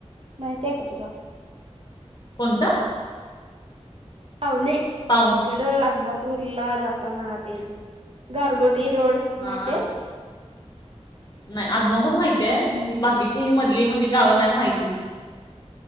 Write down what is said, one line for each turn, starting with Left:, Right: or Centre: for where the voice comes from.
Right: माहती आहे का तुला?
Left: कोणत?
Right: काऊणे
Left: पाऊन
Right: इकड आदमापूरला जाताना ते गारगोटी रोड
Left: हा
Right: माहितीय?
Left: आद, नाही आदमापुर माहिती त्या
Right: हम्म
Left: ही बाकीची
Right: ते
Left: मधली म्हणजे गावं नाही माहिती.